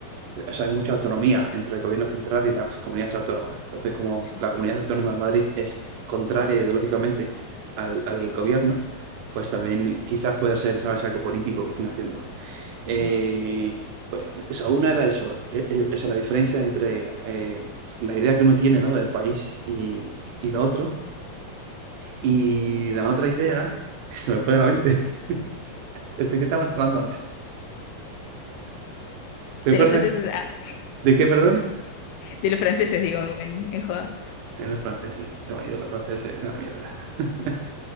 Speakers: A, on the right (about 75°); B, on the left (about 80°).
A: o sea, hay mucha autonomía entre el gobierno central y las comunidades autónomas. Entonces, como
B: sí,
A: la comunidad autónoma de Madrid es contraria ideológicamente al, al gobierno, pues también quizás pueda ser, ¿sabes?, algo político que estén haciendo. Eh,
B: claro.
A: pues, o sea, una era eso, eh, eh, esa es la diferencia entre eh, la idea que uno tiene, ¿no?, del país y, y lo otro. Y la otra idea, <laughs> se me fue de la mente, <laughs> ¿de qué estábamos hablando antes? ¿Recuerdas
B: De los franceses, ah,
A: de qué, perdón?
B: de los franceses, digo, en, en joda.
A: En los franceses, se me han ido los franceses a la mierda. <laughs>